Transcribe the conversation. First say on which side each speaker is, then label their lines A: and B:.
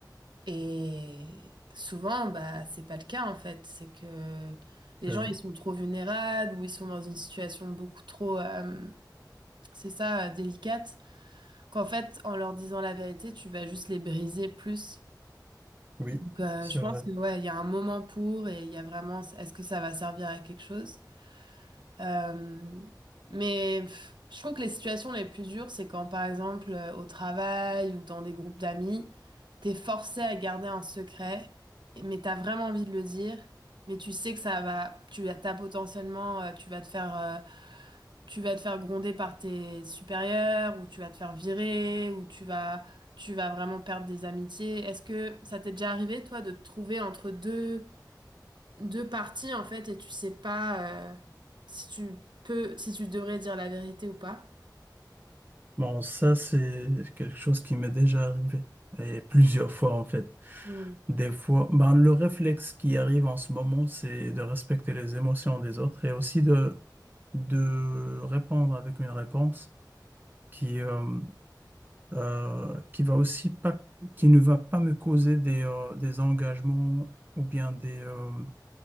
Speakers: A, on the right (about 85°); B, on the right (about 25°).
A: Et souvent, bah, c'est pas le cas en fait. C'est que les
B: ben
A: gens, ils
B: oui,
A: sont trop vulnérables ou ils sont dans une situation beaucoup trop, euh, c'est ça, euh, délicate, qu'en fait, en leur disant la vérité, tu vas juste les briser plus.
B: oui,
A: Donc, euh,
B: c'est
A: je pense
B: vrai.
A: que ouais, il y a un moment pour et il y a vraiment, est-ce que ça va servir à quelque chose? Euh, mais pff, je trouve que les situations les plus dures, c'est quand, par exemple, euh, au travail ou dans des groupes d'amis, t'es forcé à garder un secret, mais t'as vraiment envie de le dire, mais tu sais que ça va, tu as potentiellement, euh, tu vas te faire, euh, tu vas te faire gronder par tes supérieurs, ou tu vas te faire virer, ou tu vas, tu vas vraiment perdre des amitiés. Est-ce que ça t'est déjà arrivé, toi, de te trouver entre deux deux parties en fait et tu sais pas euh, si tu peux, si tu devrais dire la vérité ou pas.
B: Bon, ça, c'est quelque chose qui m'est déjà arrivé. Et plusieurs fois, en fait.
A: Hmm.
B: Des fois, ben, le réflexe qui arrive en ce moment, c'est de respecter les émotions des autres et aussi de, de répondre avec une réponse qui, euh, euh, qui va aussi pas, qui ne va pas me causer des, euh, des engagements ou bien des euh,